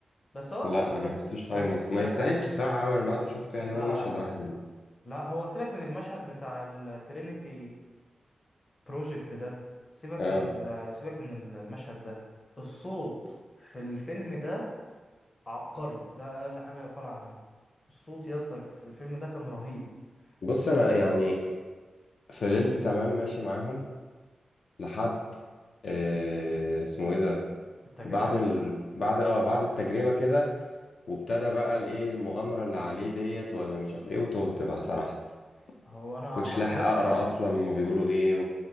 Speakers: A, on the left (about 30°); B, on the left (about 70°).
A: بس هو
B: لا
A: في بس
B: انا ما شفتوش في
A: بس
B: اي ماكس ما
A: آه،
B: يستاهلش بصراحه قوي انا بعد ما شفته يعني
A: لا
B: هو مشهد
A: لا
B: واحد اللي.
A: لا هو سيبك من المشهد بتاع الترينيتي بروجكت ده سيبك
B: اه
A: من ال- سيبك من المشهد ده الصوت في الفيلم ده عبقري ده اقل حاجه يقال عنها الصوت يا اسطى في الفيلم ده كان رهيب
B: بص
A: من
B: انا يعني فضلت تمام ماشي معاهم لحد آه اسمه ايه ده
A: التجربه
B: بعد ال... بعد اه بعد التجربه كده وابتدى بقى الايه المؤامره اللي عليه ديت ولا مش عارف ايه وتهت بقى سرحت
A: هو انا
B: كنتش
A: اعتقد
B: لاحق
A: يا اسطى
B: اقرا اصلا هما بيقولوا ايه